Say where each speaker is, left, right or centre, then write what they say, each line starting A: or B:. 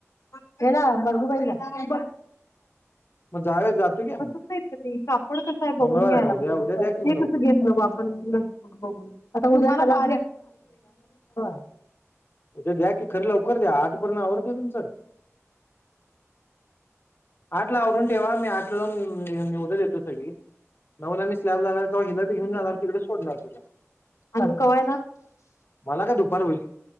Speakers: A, on the left (about 80°); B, on the left (about 45°).
A: केला मरगुबाईला काय
B: मग जाऊया जातो की आम्ही
A: बसत नाहीत का ते काप थोडं कसं आहे बघून
B: मंगळवार
A: घ्यायला
B: ना उद्या
A: पाहिजे
B: उद्या द्या की मग
A: ते
B: लवकर
A: कसं घेतलं व आपण <unintelligible> बघून त उद्याला <unintelligible>
B: उद्या घ्या की खरं लवकर घ्या आठ पर्यंत आवरतंय तुमचं आठला आवरून ठेवा मी आठला जाऊन मी उद्या देतो थैली नऊला मी स्लॅबला जाणारे तवा हिला घेऊन जाणार तिकडच सोडणार तुला
A: आणि चालतं. कवाय ना
B: मला काय दुपार होईल.